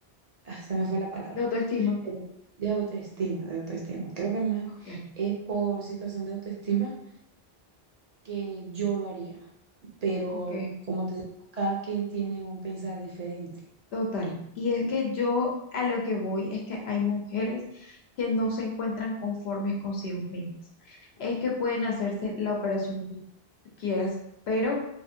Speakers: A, on the right (about 45°); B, on the left (about 80°).
A: ah, se me fue la palabra
B: De autoestima.
A: em, De autoestima, de autoestima. Creo que más
B: Ok,
A: es por situación de autoestima que yo lo haría. Pero
B: ok.
A: como te digo, cada quien tiene un pensar diferente.
B: Total. Y es que yo a lo que voy es que hay mujeres que no se encuentran conformes consigo mismas. Es que pueden hacerse la operación que tú quieras, pero